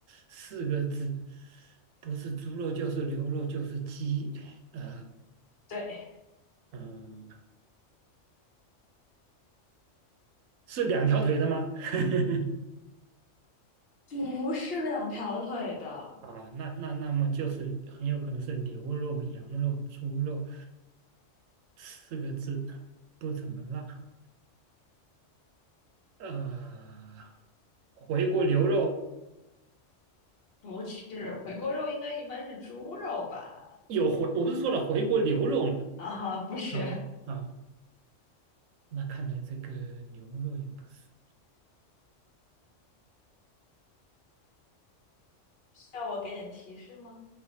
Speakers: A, on the right; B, on the left.
A: 四个字，不是猪肉就是牛肉就是鸡，呃
B: 对，
A: 嗯、呃，是两条腿的吗？<laughs>
B: 不是两条腿的，
A: 啊，那那那么就是很有可能是牛肉、羊肉、猪肉四个字，不怎么辣。呃，回锅牛肉
B: 不是，回锅肉应该一般是猪肉吧？
A: 有回，我不是说了回锅牛肉嘛？
B: <laughs> 啊，不是，
A: 啊啊，那看来这个牛肉也不是。
B: 需要我给点提示吗？